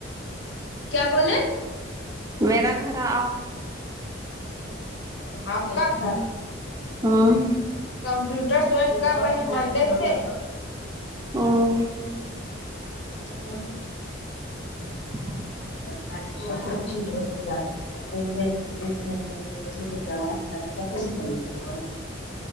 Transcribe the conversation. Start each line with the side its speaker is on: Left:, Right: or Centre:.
Left: کیا بولے
Right: میرا گھر آ
Left: آپ کا گھر
Right: ہمم
Left: کمپیوٹر جوائن کر رہے ہیں منڈے سے
Right: ہوں
Left: ا <inaudible>
Right: <inaudible>
Left: شپت جات <unintelligible> <unintelligible>